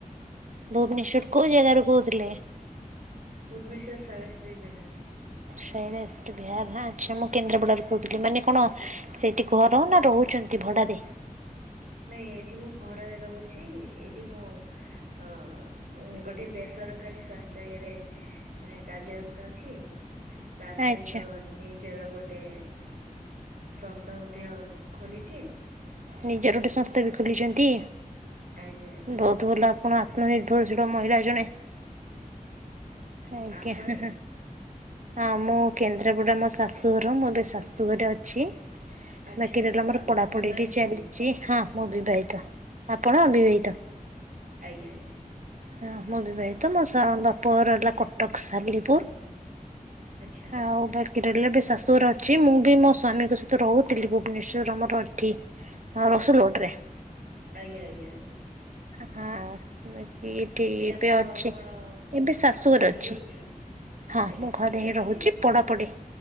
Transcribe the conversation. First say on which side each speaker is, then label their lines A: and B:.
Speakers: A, on the right; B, on the right.
A: ଭୁବନେଶ୍ୱର କୋଉ ଜାଗାରୁ କହୁଥିଲେ?
B: ଭୁବନେଶ୍ୱର ସୈଳେଶ୍ରୀ ବିହାର।
A: ଶୈଳେଶ୍ରୀ ବିହାର ହାଁ ଆଚ୍ଛା ମୁଁ କେନ୍ଦ୍ରାପଡାରୁ କୋହୁଥିଲି ମାନେ କଣ ସେଇଠି ଘର ନା ରହୁଛନ୍ତି ଭଡାରେ?
B: ନାଇଁ ଏଠି ମୁଁ ଭଡାରେ ରହୁଚି ଏଇଠି ମୁଁ। ଅ ଅ ଗୋଟେ ବେସରକାରୀ ସ୍ଵାସ୍ଥ୍ୟ ଇଏରେ। ଏ କାର୍ଯ୍ୟରତ ଅଛି ତା ସହିତ
A: ଆଚ୍ଛା
B: ନି ନିଜର ଗୋଟେ ସଂସ୍ଥା ମଧ୍ୟ ଖୋଲିଛି।
A: ନିଜର ଗୋଟେ ସଂସ୍ଥା ବି ଖୋଲିଛନ୍ତି
B: ଆଜ୍ଞା ଆଜ୍ଞା
A: ବହୁତ ଭଲ ଆ ଆପଣ ଆତ୍ମନିର୍ଭରଶୀଳ ମହିଳା ଜଣେ ଆଜ୍ଞା
B: ଆପଣ
A: ହାଁ ହାଁ। ଆଉ ମୁଁ କେନ୍ଦ୍ରାପଡ଼ା ମୋ ଶାଶୁଘର ମୁଁ ଏବେ ଶାଶୁଘରେ ଅଛି।
B: ଆଚ୍ଛା
A: ବାକି ରହିଲା ମୋର
B: ଆପଣ
A: ପଢ଼
B: ବିବାହିତ
A: ପଢ଼ି ବି। ଚି ହଁ ମୁଁ ବିବାହିତ। ଆପଣ
B: ଆଜ୍ଞା
A: ଅବିବାହିତ?
B: ଆଜ୍ଞା ଆଜ୍ଞା
A: ହଁ ମୁଁ ବିିବାହିତ ମୋ ସା ବାପ ଘର ହେଲା କଟକ ସାଲିପୁର।
B: ଆଚ୍ଛା।
A: ଆଉ ବାକି ରହିଲା ଏବେ ଶାଶୁଘର ଅଛି ମୁଁ ବି ମୋ ସ୍ୱାମୀଙ୍କ ସହିତ ରହୁଥିଲି ଭୁବନେଶ୍ଵର ଆମର ଏଠି। ହଁ ରସୁଲଗଡ ରେ।
B: ଆଜ୍ଞା ଆଜ୍ଞା ଆଜ୍ଞା।
A: ହଁ ବାକି ଏଠି ଏବେ
B: ଆପଣ
A: ଅଛି
B: କଣ
A: ଏବେ ଶାଶୁଘରେ
B: ଘରେ ହିଁ
A: ଅଛି।
B: ରହୁଛନ୍ତି?
A: ହଁ
B: ଆଜ୍ଞା
A: ମୁଁ ଘରେ
B: ପିଲାପିଲି
A: ହିଁ ରହୁଚି। ପଢ଼ାପଢ଼ି